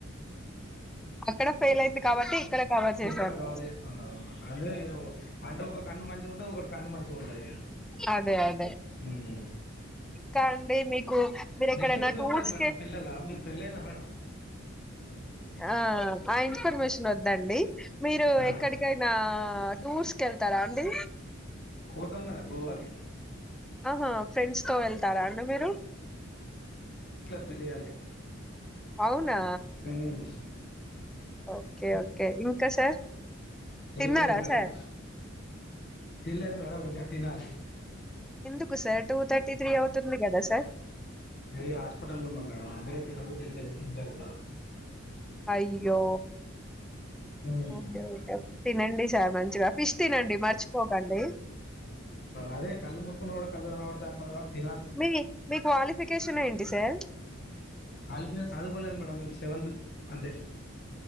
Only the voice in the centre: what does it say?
అక్కడ ఫెయిల్ అయింది కాబట్టి ఇక్కడ కవర్ చేశాను.
అదే అదే.
ఇంకా అండి మీకు మీరు ఎక్కడైనా
టూర్స్
కి
ఆ ఆ ఇన్ఫర్మేషన్ వద్దండి మీరు
ఎక్కడికైనా టూర్స్కీ వెళ్తారా అండి
ఆహా ఫ్రెండ్స్ తో వెళ్తారా అండి మీరు
అవునా
ఓకే ఓకే ఇంకా సార్ తిన్నారా
సార్?
ఎందుకు సార్ టూ థర్టీ త్రీ అవుతుంది కదా సార్
అయ్యో
ఓకేఓకే తినండి సార్ మంచిగా ఫిష్ తినండి మర్చిపోకండి
మీ మీ క్వాలిఫికేషన్ ఏంటి సన్ <unintelligible>